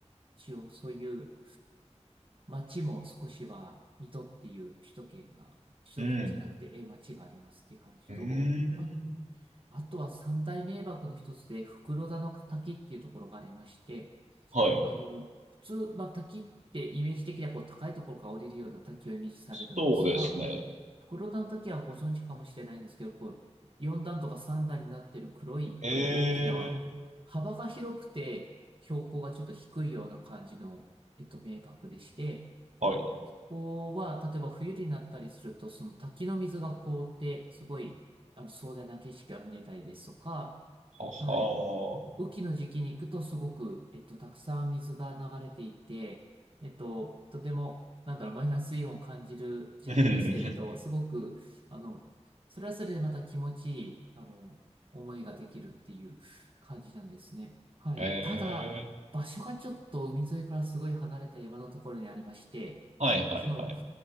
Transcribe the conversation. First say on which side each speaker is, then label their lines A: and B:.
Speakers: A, on the right; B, on the right.
A: 一応そういう街も少しは、水戸っていう首都圏が、首都圏じゃなくて、
B: うん。
A: え、街がありますっていう感じと、
B: うーん。
A: まああとは三大名瀑の一つで、袋田の滝っていうところがありまして、
B: はい。
A: あの、普通、まあ、滝ってイメージ的にはこう高いところから降りるような滝をイメージされるんですが、
B: そうですね。
A: 袋田の滝はご存知かもしれないんですけど、こう、4段とか3段になってる黒い、
B: えー。
A: あの、大きな、幅が広くて、標高がちょっと低いような感じの、えっと、名瀑でして、
B: はい。
A: ここは、例えば冬になったりすると、その滝の水が凍って、すごい、あの、壮大な景色が見れたりですとか、
B: ははー。
A: はい。雨季の時期に行くとすごく、えっと、たくさん水が流れていて、えっと、とても、なんだろう、マイナスイオンを感じるじゃないですけれど、
B: <laughs> うん
A: すごく、あの、それはそれでまた気持ちいい、あの、思いができるっていう感じなんですね。はい。
B: え
A: ただ、
B: ー。
A: 場所がちょっと海沿いからすごい離れた山のところにありまして、
B: はいはいはい。
A: その、